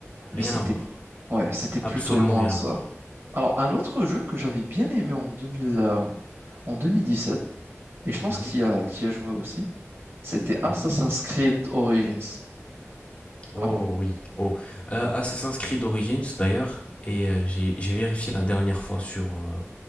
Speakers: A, on the right; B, on the left.
A: mais
B: Rien
A: c'était
B: à voir.
A: ouais, c'était plutôt
B: Absolument
A: loin
B: rien
A: ça.
B: à voir.
A: Alors, un autre jeu que j'avais bien aimé en 2000, euh, en 2017 et je pense
B: Mhm,
A: qu'il y a, qu'il y a joué aussi, c'était
B: mhm.
A: Assassin's Creed Origins.
B: Oh
A: Alors,
B: oui, oh. Euh, Assassin's Creed Origins d'ailleurs, et euh, j'ai j'ai vérifié la dernière fois sur, euh,